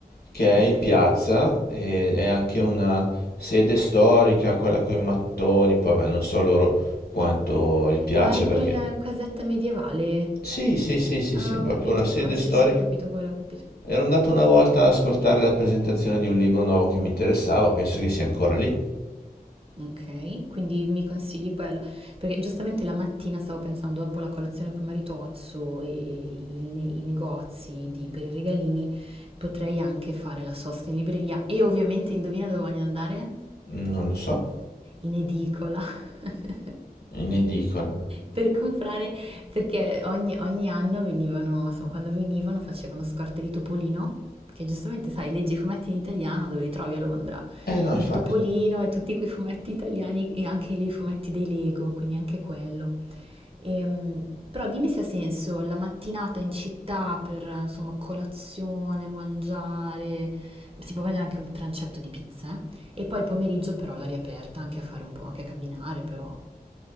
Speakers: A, on the left; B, on the right.
A: che è
B: Ok.
A: in piazza e è anche una sede storica, quella con i mattoni, poi vabbè, non so loro quanto gli piace
B: Ma in
A: perché...
B: quella casetta medievale?
A: Sì, sì, sì, sì,
B: Ah,
A: sì,
B: ho
A: proprio
B: capito.
A: una sede
B: Ah, sì,
A: storica.
B: sì, ho capito quello, ho capito.
A: Ero andato una volta ad ascoltare la presentazione di un libro nuovo che mi interessava, penso che sia ancora lì,
B: Ok, quindi mi consigli quello, perché giustamente la mattina stavo pensando, dopo la colazione con Maritozzo e i, ne- i negozi di- per i regalini, potrei anche fare la sosta in libreria e ovviamente indovina dove voglio andare?
A: non lo so,
B: in edicola <laughs>
A: in edicola.
B: per comprare, perché ogni, ogni anno venivano, insomma, quando venivano facevano scorte di topolino, che giustamente sai, leggi i fumetti in italiano dove li trovi a Londra,
A: Eh no,
B: il
A: infatti.
B: topolino e tutti quei fumetti italiani e anche i fumetti dei Lego, quindi anche quello. Ehm, però dimmi se ha senso la mattinata in città per, insomma, colazione, mangiare, si può prendere anche un trancetto di pizza, eh? E poi il pomeriggio però all'aria aperta, anche a fare un po', anche a camminare però.